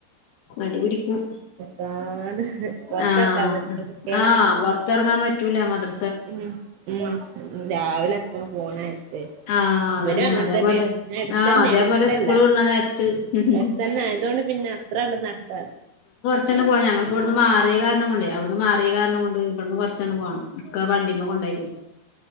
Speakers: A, on the left; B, on the right.
A: മടിപിടിക്കും.
B: നിക്കാതെ പൊറത്തെറക്കാൻ
A: ആഹ്
B: പറ്റില്ല കുട്ടികളെ
A: ആഹ് പുറത്തിറങ്ങാൻ പറ്റും റ്റൂല മദർ
B: ഉം മം രാവിലെഒക്കെ പോണാ ഇവരും
A: ആഹ് അതന്നെ
B: അങ്ങനെ
A: അതേപോലെ
B: തന്നെയാണ്. ആ അടുത്തന്നെ
A: ആഹ് അതേപോലെ
B: ആണ് വിട്ടല്ല.
A: സ്കൂള് വിടണ നേരത്ത്
B: അടുത്തന്നെ അതുകൊണ്ട് പിന്നെ അത്രാണ്ട് നടക്ക
A: ഇചന്നെ പോണം. ഞങ്ങളിപ്പം ഇവിടുന്ന് മാറിയ കാരണം കൊണ്ടെ, അവിടുന്ന് മാറിയ കാരണം കൊണ്ട് ഇവിന്ന് കുറ കൊർച്ണ്ട് പോണം. വണ്ടിമ്മേ കൊണ്ടായി കൊടുക്കാ.